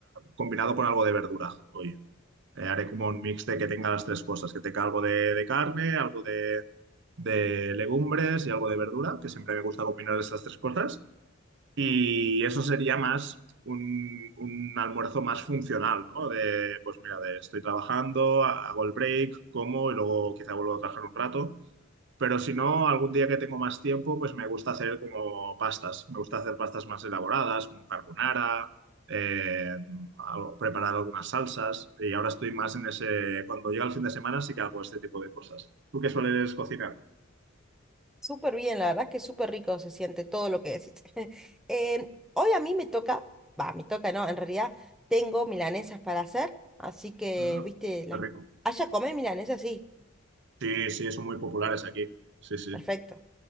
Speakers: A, on the right; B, in the centre.
A: combinado con algo de verdura hoy. Eh, haré como un mix de que tenga las tres cosas, que tenga algo de, de carne, algo de, de legumbres y algo de verdura, que siempre me gusta combinar estas tres cosas. Y eso sería más un, un almuerzo más funcional, ¿no? De, pues mira, de estoy trabajando, ha- hago el break, como y luego quizá vuelvo a trabajar un rato. Pero si no, algún día que tengo más tiempo, pues me gusta hacer como pastas. Me gusta hacer pastas más elaboradas, como carbonara, eh, algo- preparar algunas salsas. Y ahora estoy más en ese... Cuando llega el fin de semana sí que hago este tipo de cosas. ¿Tú qué sueles cocinar?
B: Súper bien, la verdad que súper rico se siente todo lo que decís. <laughs> Eh, hoy a mí me toca, va, me toca, no, en realidad tengo milanesas para hacer, así que,
A: Ajá.
B: viste, las...
A: Qué rico.
B: allá comer milanesas, sí,
A: Sí, sí, son muy populares aquí. Sí, sí.
B: perfecto.